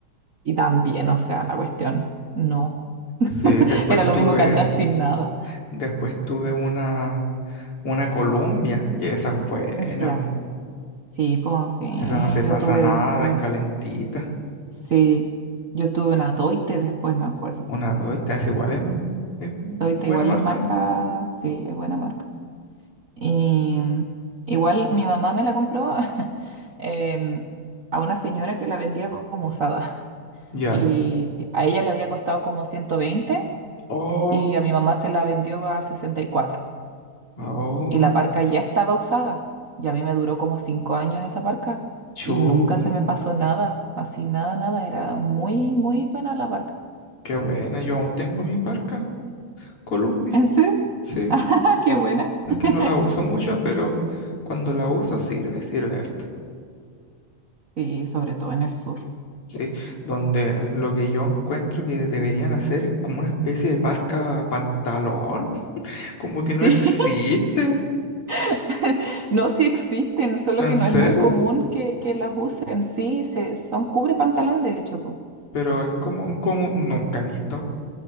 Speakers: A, on the right (about 85°); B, on the left (about 50°).
A: Y también, o sea, la cuestión, no.
B: sí, después
A: Era lo
B: tuve,
A: mismo que andar sin nada.
B: después tuve una, una Columbia y esa es buena,
A: Ya,
B: po.
A: Sí, pues sí,
B: Esa no se
A: yo
B: pasa
A: tuve
B: nada,
A: después,
B: es calentita.
A: sí, yo tuve una Doite después, me acuerdo.
B: Una Doita, es igual, es, es
A: Doite
B: buena
A: igual
B: marca,
A: es marca,
B: ¿no?
A: sí, es buena marca. Y mm, igual mi mamá me la compró <laughs> em, a una señora que la vendía co- como usada.
B: Ya.
A: Y a ella le había costado como 120
B: Oh,
A: y a mi mamá se la vendió a 64.
B: oh,
A: y la parca ya estaba usada. Y a mí me duró como cinco años esa parca
B: chu.
A: y nunca se me pasó nada, así nada, nada. Era muy, muy buena la parca.
B: Qué buena, yo aún tengo mi parca Columbia,
A: ¿En serio?
B: sí,
A: <laughs> qué buena!
B: es
A: <laughs>
B: que no la uso mucho, pero cuando la uso sirve, sirve harto,
A: Sí, sobre todo en el sur.
B: sí, donde lo que yo encuentro que deberían hacer es como una especie de parca pantalón, <laughs> como que
A: Sí,
B: no existe,
A: <laughs> no, sí existen, solo
B: en
A: que no
B: serio,
A: es muy común que, que las usen. Sí, se, son cubre pantalón, de hecho, po.
B: pero es como, como nunca he visto,